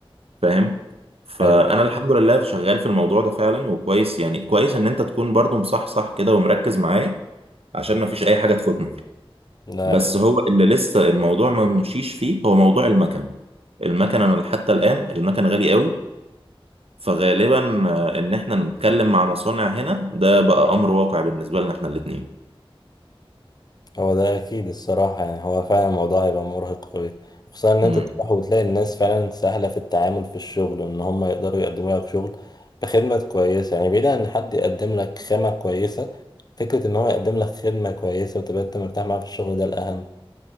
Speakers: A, on the right; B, on the left.
A: فاهم فأنا
B: حلو
A: الحمد لله شغال في الموضوع ده فعلا وكويس يعني كويس إن أنت تكون برضو مصحصح كده ومركز معايا عشان مفيش أي حاجة تفوتنا
B: لا،
A: بس هو اللي لسه الموضوع ما مشيش فيه هو موضوع المكن المكن انا حتى الان المكن غالي قوي فغالبا آه، ان احنا نتكلم مع مصانع هنا ده بقى امر واقع بالنسبه لنا احنا الاثنين
B: هو ده اكيد الصراحه يعني هو فعلا الموضوع هيبقى مرهق قوي خصوصا ان انت
A: امم
B: تروح وتلاقي الناس فعلا سهله في التعامل في الشغل وان هم يقدروا يقدموا لك شغل بخدمه كويسه يعني بعيد عن ان حد يقدم لك خامه كويسه فكره ان هو يقدم لك خدمه كويسه وتبقى انت مرتاح معاه في الشغل ده الاهم